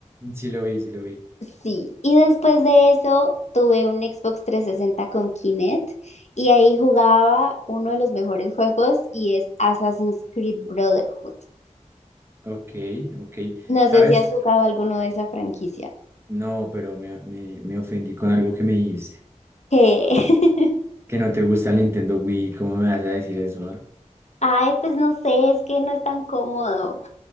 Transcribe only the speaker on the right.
Sí lo vi, sí lo vi.
Ok, ok.
¿Sabes?
No, pero me, me, me ofendí con algo que me dijiste.
Que no te gusta el Nintendo Wii, ¿cómo me vas a decir eso? ah?